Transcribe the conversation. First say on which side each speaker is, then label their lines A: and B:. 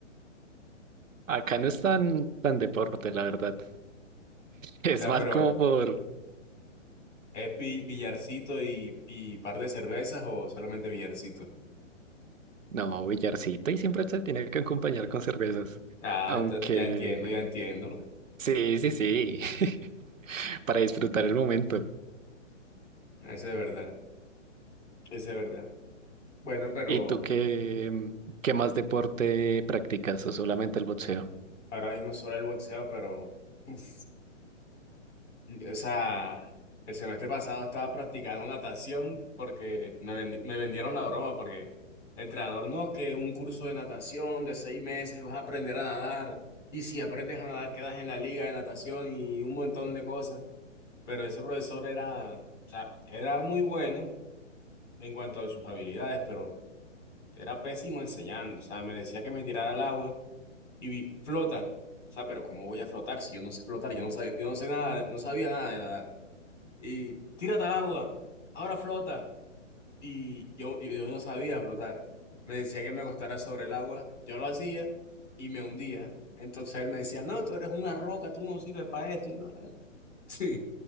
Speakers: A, on the right; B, on the left.
A: Acá
B: Y- o
A: no es tan, tan deporte, la verdad. Es
B: sea,
A: más
B: pero
A: como por,
B: ¿es bi- billarcito y, y par de cervezas o solamente billarcito?
A: no, billarcito y siempre se tiene que acompañar con cervezas.
B: Ah,
A: Aunque,
B: ento- ya entiendo, ya entiendo.
A: sí, sí, sí, <laughs> para disfrutar el momento.
B: Eso es verdad, eso es verdad. Bueno, pero
A: ¿Y tú qué, qué más deporte practicas o solamente el boxeo?
B: ahora mismo solo el boxeo, pero... uf, O sea, el semestre pasado estaba practicando natación porque me, vendi- me vendieron la broma porque el entrenador, no, que un curso de natación de seis meses vas a aprender a nadar y si aprendes a nadar quedas en la liga de natación y un montón de cosas. Pero ese profesor era, o sea, era muy bueno en cuanto a sus habilidades, pero era pésimo enseñando. O sea, me decía que me tirara al agua y vi, flota. O sea, pero ¿cómo voy a flotar si yo no sé flotar? Yo no sab- yo no sé nada, no sabía nada de nadar y tírate al agua, ahora flota. Y yo, yo yo no sabía flotar. Me decía que me acostara sobre el agua, yo lo hacía y me hundía. Entonces él me decía, no, tú eres una roca, tú no sirves para esto. no". <laughs> Sí,